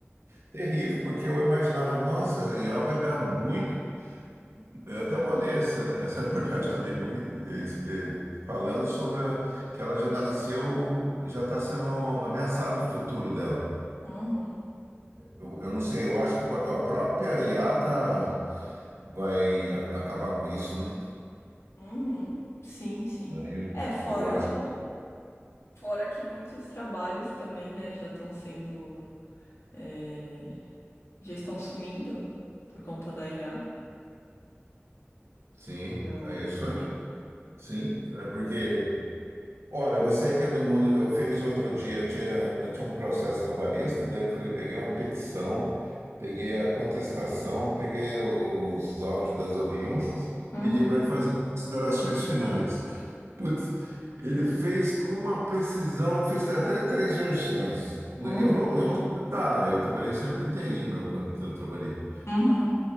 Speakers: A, on the right; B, on the left.
A: terrível, porque eu imaginava, nossa, IA vai dar muito. Eu até vou ler essa, essa <laughs> reportagem também, muito, eh, eh, falando sobre a- que ela já nasceu, já está sendo ameaçado o futuro dela.
B: Uhum,
A: Eu, eu não sei, eu acho que a própria IA tá, vai acabar com isso, né?
B: uhum. Sim, sim.
A: Aí Eu
B: É, fora
A: eu acho
B: o. Fora que muitos trabalhos também, né, já estão sendo. é, Já estão sumindo por conta da IA.
A: Sim,
B: Então.
A: é isso aí. Sim, é porque, olha, você que é do mundo, eu fiz outro dia, eu tinha, eu tinha um processo trabalhista, daí eu falei, peguei uma petição, peguei a contestação, peguei os áudios das audiências,
B: Uhum,
A: pedi para ele fazer considerações finais. Putz, ele fez com uma precisão, eu fiz até três versões.
B: uhum,
A: Eu não, eu não sou dessa área, eu trabalhei sempre em TI, não, quando eu trabalhei.
B: uhum.